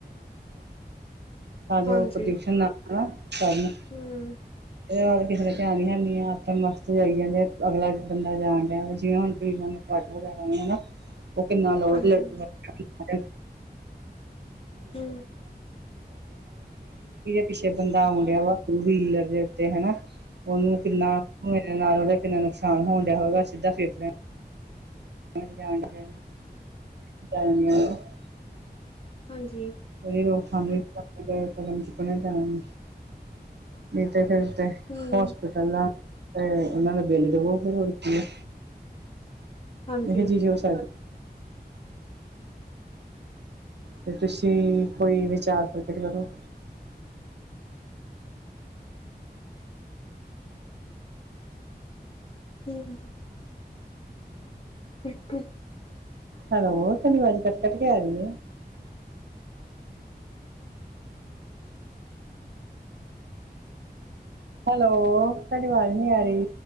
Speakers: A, on the right; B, on the left.
A: ਤਾਂ ਜੋ
B: ਹਾਂਜੀ।
A: ਪ੍ਰਦੁਊਸ਼ਨ ਲਾਨਾ ਨਾ ਕਰਨ
B: ਹੂੰ।
A: ਏ ਯਾ ਤੇ ਕਿਸੇ ਨੇ ਧੇਆਨ ਨੀ ਹੈਨੀ ਆ, ਆਪੇ ਮਸਤ ਜਾਈ ਜਾਂਦੇ ਅਗਲਾ ਬੰਦਾ ਜਾਨ ਦੇਆ, ਜਿਵੇਂ ਹੁਨ ਜੀ ਹੂਣ ਟ੍ਰਕ ਵਗੈਰਾ ਆਂਦੇ ਨਾ <unintelligible>
B: ਹਾਂਜੀ।
A: <inaudible>
B: ਹੂੰ।
A: ਪਿੱਛੇ ਬੰਦਾ ਆਉਨ ਡੇਆ ਵਾ ਟੂ ਵੀਲਰ ਦੇ ਉੱਤੇ, ਹਨਾ। ਓਨੂੰ ਕਿੰਨਾ ਮੇਰੇ ਨਾਲ ਓਦਾ ਕਿੰਨਾ ਨੁਕਸਾਨ ਹੋਨ ਡੇਆ ਹੋਵੇਗਾ, ਸਿੱਧਾ ਫੇਫਰੇਆਂ <inaudible>
B: ਹਾਂਜੀ।
A: ਵੀ ਰੋਜ <unintelligible> ਕਦਮ ਚੁੱਕਨਾ ਈ ਪੈਣਾ ਵੇ, ਨਹੀਂ ਤੇ ਫੇਰ ਤੇ
B: ਹੂੰ।
A: ਹੋਸਪਿਟਲ ਦਾ, ਤੇ ਓਨਾਂ ਦਾ ਬਿੱਲ ਦਵੋ, ਫੇਰ ਹੋਰ ਕੀ ਏ।
B: ਹਾਂਜੀ।
A: ਜੀ, ਜੀ ਓ ਸਾੱਦ ਤੇ ਤੂਸੀ ਕੋਈ ਵਿਚਾਰ ਪ੍ਰਕਟ ਕਰੋ?
B: ਹੂਂ। ਇੱਕ
A: ਹੈਲੋ, ਤੋਡੀ ਵਾਜ ਕੱਟ-ਕੱਟ ਕੇ ਆਰੀ ਏ। ਹੈਲੋ, ਤਾਡੀ ਵਾਜ ਨੀ ਆਰੀ।